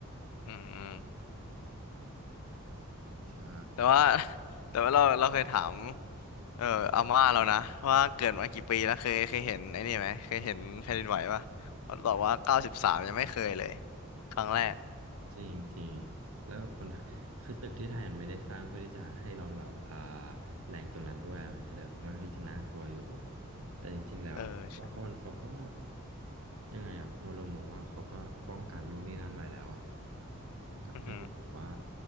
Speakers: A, on the left (about 80°); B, on the right (about 70°).
A: อืมอืม
B: ใช่
A: แต่ว่า <laughs> แต่ว่าเราเราเคยถามเอออาม่าเรานะว่าเกิดมากี่ปีแล้วเคยเคยเห็นไอ้นี่ไหมเคยเห็นแผ่นดินไหวป่ะเขาตอบว่าเก้าสิบสามยังไม่เคยเลยครั้งแรก
B: จริงจริงแล้วคนไทยคือตึกที่ไทยมันไม่ได้สร้างเพื่อที่จะให้รองรับอ่าแรงตรงนั้นด้วยมันก็เลยค่อนข้างที่จะน่ากลัวอยู่แต่จริงๆแล้ววากอนเขาก็
A: เออใช่
B: ยังไงอะวรมมองว่าเขาก็ป้องกันนู่นนี่นั่นไว้แล้วอะแต่ขึ้นอยู่กับว่า
A: อือฮึ